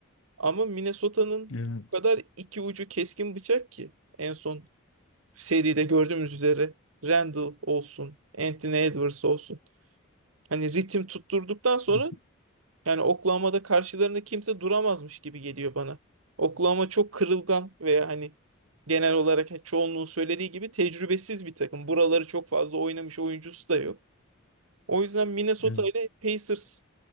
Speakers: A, on the right; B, on the left.
A: Ama Minnesota'nın
B: Evet.
A: bu kadar iki ucu keskin bıçak ki en son seride gördüğümüz üzere Randall olsun, Anthony Edwards olsun. Hani ritim tutturduktan sonra
B: Hı hı.
A: Yani Oklahoma'da karşılarında kimse duramazmış gibi geliyor bana. Oklahoma çok kırılgan veya hani genel olarak çoğunluğun söylediği gibi tecrübesiz bir takım. Buraları çok fazla oynamış oyuncusu da yok. O yüzden Minnesota
B: Evet.
A: ile Pacers